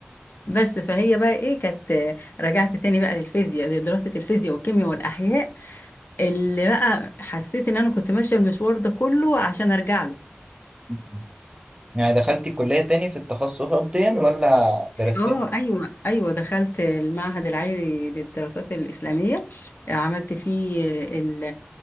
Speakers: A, on the left; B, on the right.
A: بس فهي بقى إيه كانت رجعت تاني بقى للفيزياء لدراسة الفيزياء والكيمياء والأحياء اللي بقى حسيت إن أنا كنت ماشية المشوار ده كله عشان أرجع له
B: مم. يعني دخلتي كليه تاني في التخصصات دي ولا درستها
A: اه ايوه ايوه دخلت المعهد العالي للدراسات الاسلاميه عملت فيه ال-